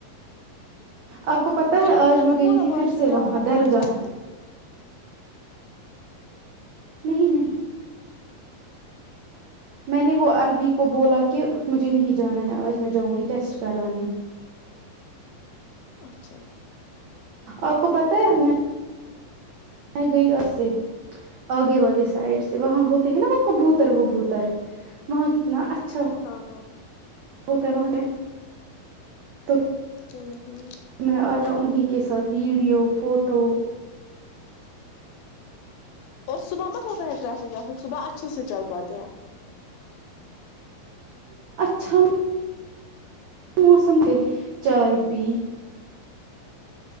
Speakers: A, on the right; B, on the left.
A: آپ کو پتہ
B: پھر
A: ہے
B: انہوں
A: آج
B: نے
A: میں
B: مت
A: گئی
B: بولا
A: تھی
B: باقیوں
A: پھر سے
B: نے
A: وہاں
B: آپ کو
A: درگاہ
B: کہاں جانا ہے
A: نہیں نہیں میں نے وہ عربی کو بولا کہ مجھے نہیں جانا ہے آج میں جاؤں گی ٹیسٹ کرانے
B: اچھا
A: آپ کو پتہ ہے میں میں گئی اس سے آگے والے سائڈ سے وہاں ہوتے ہیں نا وہ کبوتر وبوتر وہاں کتنا اچھا
B: ہاں ہاں
A: ہوتا ہے وہاں کے تو
B: ہاں ہاں
A: میں آجا انیں کے ساتھ ویڈیو فوٹو
B: اور صبح مت ہوتا ہے ٹریفک وافک صبح اچھے سے چل پاتے ہیںپ
A: چم موسم پھر چائے پی